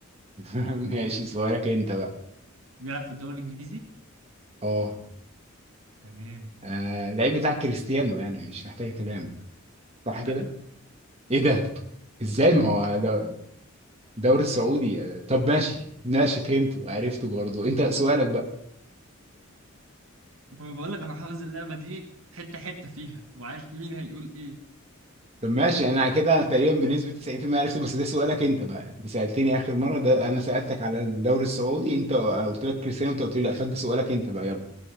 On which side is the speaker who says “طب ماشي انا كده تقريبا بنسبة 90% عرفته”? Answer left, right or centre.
Right